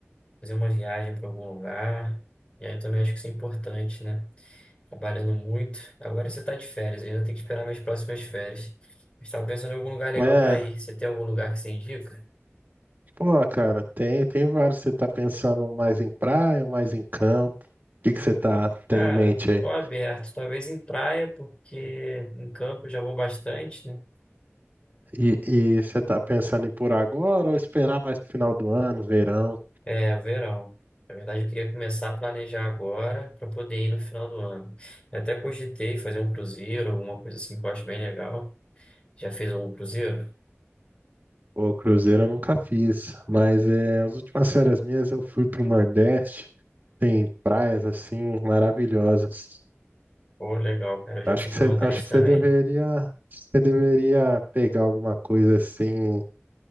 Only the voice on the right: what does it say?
É,
pô, cara, tem, tem vários. Você tá pensando mais em praia ou mais em campo? O que que você tá,
tem em mente aí?
E, e você tá pensando em ir por agora ou esperar mais pro final do ano, verão?
O cruzeiro eu nunca fiz, mas é, as últimas férias minhas eu fui pro Nordeste, tem praias assim maravilhosas.
Acho
que
você,
acho que
você deveria, você deveria pegar alguma coisa assim,